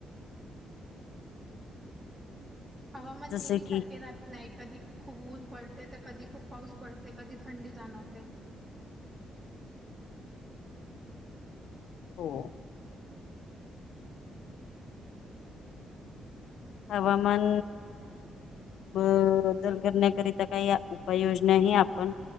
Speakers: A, on the right; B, on the left.
A: हवामान
B: जसे
A: नेहमी
B: की
A: सारखे राहत नाही कधी खुपून पडते तर कधी खूप पाऊस पडते कधी थंडी जाणवते
B: हो हवामान बदल करण्याकरिता काही उपाययोजना ह आपण